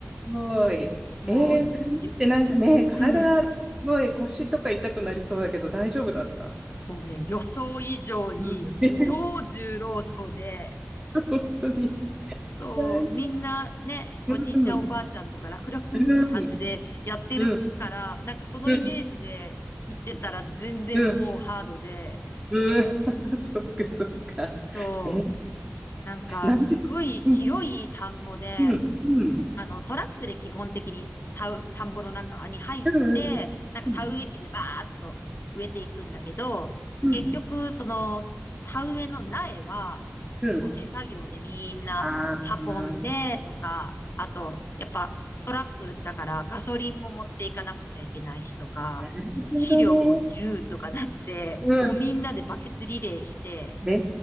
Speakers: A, on the right; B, on the left.
A: ごい。
B: もう、
A: ええダンスってなんかね、
B: ゆ、いうん、
A: 体、すごい腰とか痛くなりそうだけど大丈夫だった
B: もうね、予想以上に超重労働で、
A: うん。ええ本当に。
B: そう、
A: 大
B: みんなね、
A: うん。
B: おじいちゃんおばあちゃんとか楽々って感じでやってるから、
A: うん。うん。
B: なんかそのイメージで行ってたら全然もうハードで、
A: うん。うん。うん。うん <laughs> そっかそっか。
B: そう、
A: ええ
B: なんかすごい広い田んぼで、
A: 何時うん。うん。うん。
B: あの、トラックで基本的に田う田んぼの中に入って、
A: うん。
B: なんか田植え機でバーっと植えていくんだけど、
A: うん。うん。
B: 結局、その田植えの苗は、
A: うん。
B: こう手作業でみんな
A: ああ、うん。
B: 運んでとか、あと、やっぱトラックだからガソリンも持っていかなくちゃいけないしとか、
A: なるほどね。
B: 肥料もいるとかなって、
A: うん。
B: もうみんなでバケツリレーして、
A: ね